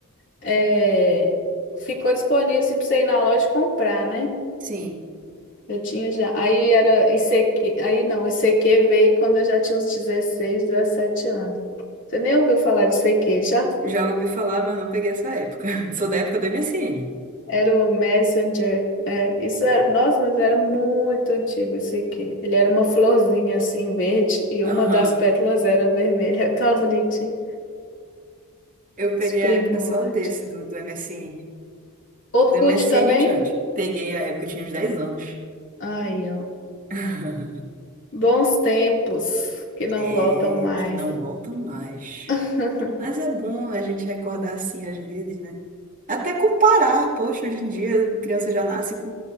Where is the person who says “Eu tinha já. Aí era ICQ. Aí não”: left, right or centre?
Left